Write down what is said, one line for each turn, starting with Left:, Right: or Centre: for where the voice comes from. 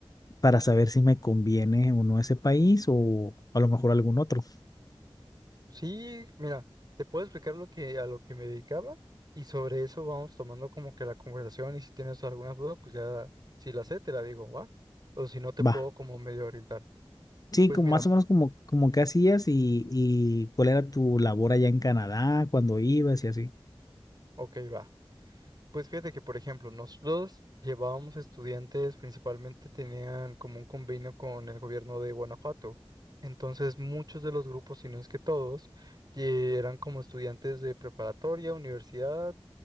Left: para saber si me conviene o no ese país o a lo mejor algún otro.
Right: sí, mira, te puedo explicar lo que, a lo que me dedicaba y sobre eso vamos tomando como que la conversación y si tienes alguna duda, pues ya, si la sé, te la digo, ¿va? O si no, te puedo
Left: Va.
Right: como medio orientar.
Left: Sí,
Right: Pues
Left: como
Right: mira,
Left: más o menos como, como qué hacías y, y cuál era tu labor allá en Canadá, cuando ibas y así.
Right: ok, va. Pues fíjate que, por ejemplo, nosotros llevábamos estudiantes, principalmente tenían como un convenio con el gobierno de Guanajuato. Entonces, muchos de los grupos, si no es que todos, eh, eran como estudiantes de preparatoria, universidad